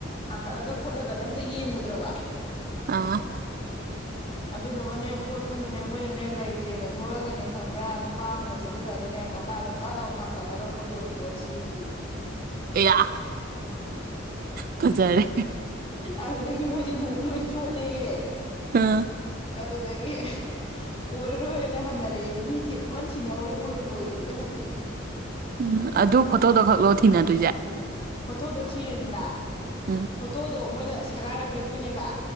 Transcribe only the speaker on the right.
ꯑꯥ
ꯑꯌꯥ ꯐꯖꯔꯦ
ꯑ
ꯎꯝ ꯑꯗꯨ ꯐꯣꯇꯣꯗꯣ ꯈꯛꯂꯣ ꯊꯤꯅꯗꯣꯏꯖꯦ
ꯎꯝ